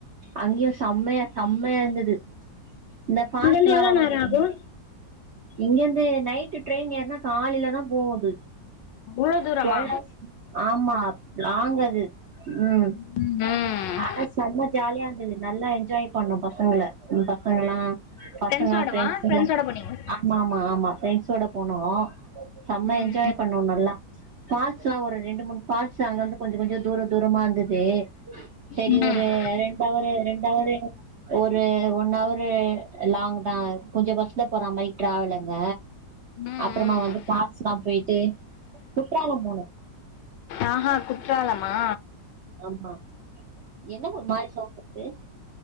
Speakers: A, on the right (about 65°); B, on the left (about 80°).
A: அங்கயும. சம் செம்மைய செம்மைய இருந்தது இந்த ஃபால்ஸ்ல்லா
B: இங்கேருந்து எவ்வளோ
A: வரும்
B: நேரம்
A: தெரியுமா
B: ஆகும்
A: இங்கிருந்து நைட்டு் ட்ரெயின் ஏர்னா காலையிலதா போவு அது
B: இவ்வளோ தூரமா?
A: டுவேல் ஹவர்ஸ் ஆமா லாங் அது ம்
B: ம்
A: ஆனா செம்ம ஜாலியா இருந்தது நல்லா என்ஜாய் பண்ணோ பசங்கள ஃபுல்லா ங்களா பசங்க
B: ஃப்ரெண்ட்ஸோடவா?
A: ஃப்ரொண்ட்ஸ் கெல்லா
B: ஃப்ரெண்ட்ஸோட போனீங்க?
A: ஆமா ஆமா ஆமா ஃப்ரெண்ட்ஸ்வோட போனோ செம்ம
B: ம்,
A: என்ஜாய் பண்ணோ நல்லா ஃபாட்ஸ்ல்லா ஒரு ரெண்டு மூணு ஃபாட்ஸ் அங்க அங்க கொஞ்சோ கொஞ்சோ தூர தூரமா இருந்தது சேரி
B: ம்.
A: ஒரு
B: ம்,
A: ரெண்டு அவரு ரெண்டு அவரு ஒரு ஒன் ஹாவாரு லாங் தா கொஞ்சோ பஸ்ல போறா மாறி டிராவலுங்க
B: ம்,
A: அப்பறமா வந்து பாத்ல்லா போயிட்டு குற்றாலோ போனோ
B: ஆ குற்றாலமா
A: ஆமா என்ன ஓரு மாறி சவுண்ட் இது